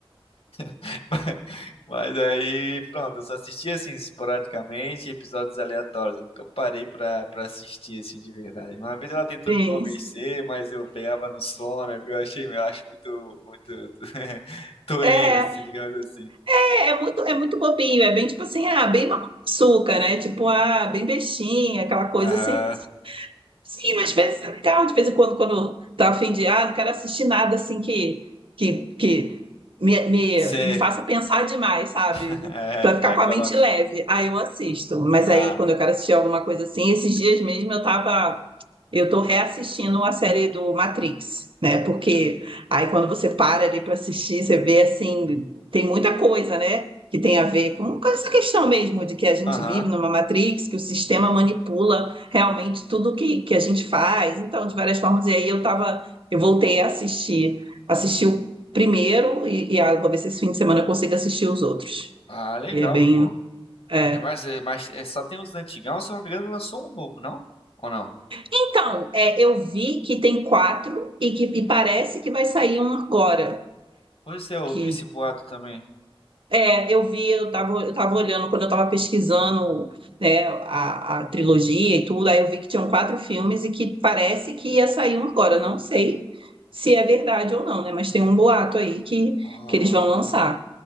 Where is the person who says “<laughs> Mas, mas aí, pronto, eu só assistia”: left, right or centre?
Left